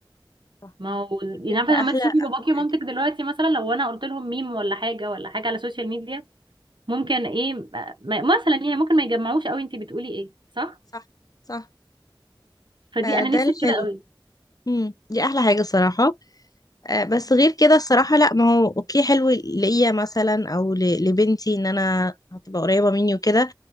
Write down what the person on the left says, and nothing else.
صح
دي بجد
احلى
احلى حاجه
صح صح
فده
الحلو
امم دي احلى حاجه الصراحه آه، بس غير كده الصراحه لا ما هو اوكي حلو ليا مثلا او ل- لبنتي ان انا هتبقى قريبه مني وكده